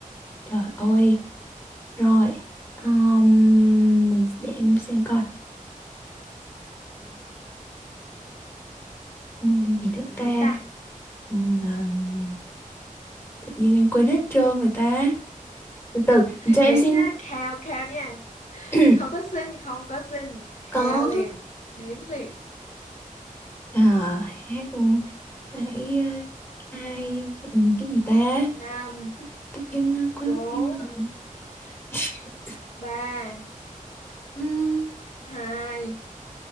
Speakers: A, on the left; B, on the left.
A: trời ơi rồi um, mình để em xem coi Ừm, cái gì nữa
B: Bài gì
A: ta
B: nữa ta?
A: Ừm, ừm, tự nhiên em quên hết trơn rồi ta từ từ cho em
B: Đến
A: xin
B: nhá, khao, khao nha.
A: <clears throat>
B: Không có xin, không có xin. Khao
A: có
B: liền. Đến liền.
A: Ờ, hát hãy ờ, hai cái gì ta
B: năm
A: tự nhiên ờ, quên
B: bốn
A: mất tiêu rồi. <laughs>
B: ba
A: Ừm,
B: hai